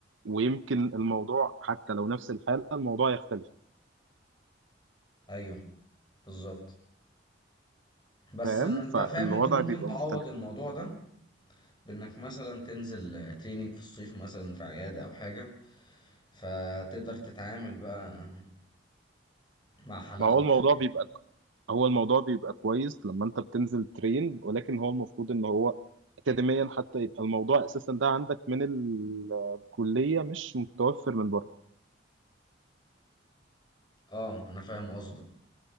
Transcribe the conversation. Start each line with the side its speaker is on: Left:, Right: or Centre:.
Right: ويمكن الموضوع حتى لو نفس الحالة الموضوع يختلف
Left: ايوه بالظبط بس
Right: فاهم
Left: إن انت
Right: فالوضع
Left: فاهم انت ممكن
Right: بيبقى
Left: تعوض
Right: مختلف
Left: الموضوع ده بانك مثلا تنزل تريننج في الصيف مثلا في عيادة او حاجة فتقدر تتعامل بقى مع حالات
Right: ما هو
Left: اكتر
Right: الموضوع
Left: يعني
Right: بيبقى هو الموضوع بيبقى كويس لما انت بتنزل ترين ولكن هو المفروض ان هو اكاديميا حتى يبقى الموضوع اساسا ده عندك من الكلية مش متوفر من بره
Left: اه انا فاهم قصدك